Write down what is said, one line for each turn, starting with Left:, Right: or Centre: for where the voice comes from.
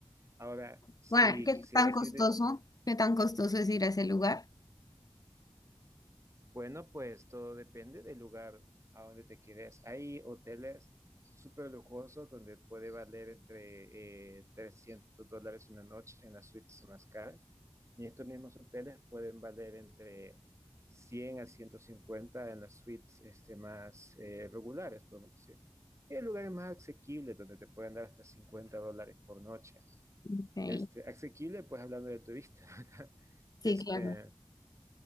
Right: Ahora, si
Left: Bueno, ¿qué
Right: quisieras
Left: tan costoso?
Right: ir de,
Left: ¿Qué tan costoso es ir a ese lugar?
Right: bueno, pues todo depende del lugar a donde te quieres. Hay hoteles súper lujosos donde puede valer entre eh, 300 dólares una noche en las suites más caras. Y estos mismos hoteles pueden valer entre 100 a 150 en las suites este, más eh, regulares, podemos decir. Y hay lugares más asequibles donde te pueden dar hasta 50 dólares por noche.
Left: Ok,
Right: Este, asequible, pues hablando del turista, <laughs> ¿verdad?
Left: Sí,
Right: Este,
Left: claro.